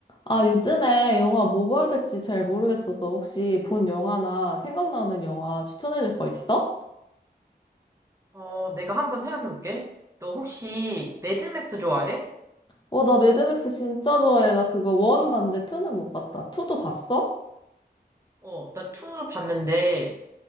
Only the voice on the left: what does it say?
아, 요즘에 영화 뭐 봐야 될지 잘 모르겠어서 혹시 본 영화나 생각나는 영화 추천해 줄 거 있어?
어, 나 매드맥스 진짜 좋아해. 나 그거 원 봤는데 투는 못 봤다. 투도 봤어?